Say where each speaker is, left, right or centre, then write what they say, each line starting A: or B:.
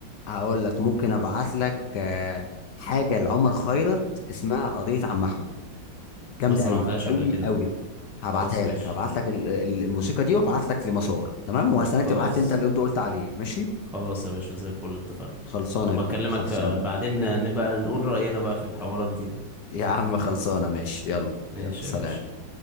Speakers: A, on the left; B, in the centre.
A: هقول لك ممكن ابعت لك آه حاجه لعمر خيرت اسمها قضيه عم احمد جامده
B: ما سمعتهاش
A: قوي قوي
B: قبل كده
A: قوي
B: دي
A: هبعتها
B: خلاص ماشي
A: لك هبعت لك ال- ال- الموسيقى دي وابعت لك لمسار تمام وهستناك
B: خلاص
A: تبعت لي انت اللي انت قلت عليه ماشي
B: خلاص يا باشا زي الفل اتفقنا
A: خلصانه
B: وبكلمك
A: يا كبير خلصانه
B: آه، بعدين آه، نبقى نقول رأينا بقى في الحوارات دي
A: يا عم خلصانه ماشي يلا
B: ماشي
A: يلا سلام
B: يا باشا